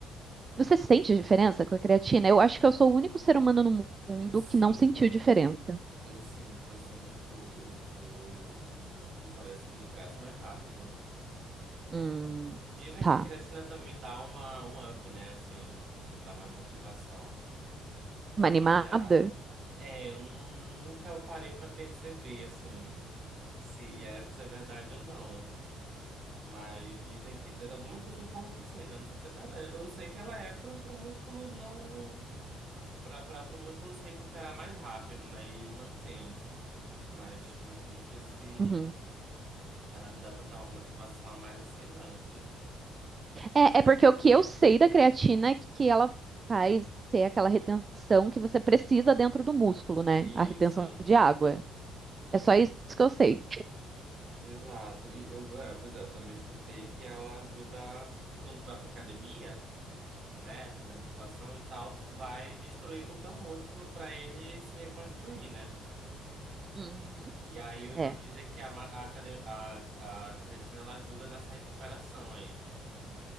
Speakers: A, on the right; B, on the right.
A: Você sente diferença com a creatina? Eu acho que eu sou o único ser humano no mundo
B: Eu sinto,
A: que não sentiu diferença.
B: eu sinto, eu sinto que o, o, o, o músculo parece que ele cresce mais rápido.
A: Hum,
B: Dizem
A: tá.
B: que a creatina também dá uma, um up, né, assim, tipo, de dar mais motivação pra
A: Uma animada?
B: malhar. É, eu nu- nunca parei pra perceber, assim, se é, se é verdade ou não. Mas dizem que. é, Algumas pessoas falam que sim, né? Não sei se é verdade. Eu sei que ela é pro, pro músculo não. Pra, pra, pro músculo se recuperar mais rápido, né? E ele mantém. Mas, mas eu não sei se
A: Uhum.
B: ela me dá tanta motivação a mais assim, não. <laughs>
A: É,
B: Pois
A: é porque
B: é.
A: o que eu sei da creatina é que ela faz ter aquela retenção que você precisa dentro do músculo, né?
B: Isso.
A: A retenção de água. É só isso que eu sei.
B: Exato. E eu, é, pois é, eu também escutei que ela ajuda. Que quando tu vai pra academia, né? Fazer musculação e tal, tu vai destruir com teu músculo pra ele se reconstruir, né?
A: Uhum.
B: E aí
A: É.
B: eu ouvi dizer que a, ma- a, cre- a, a creatina ela ajuda nessa recuperação aí.